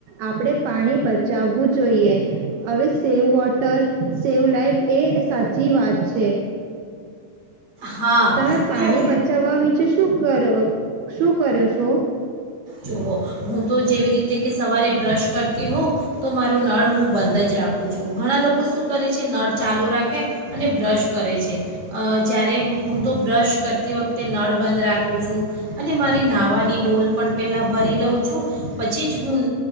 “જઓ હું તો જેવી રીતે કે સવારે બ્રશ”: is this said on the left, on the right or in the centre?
Right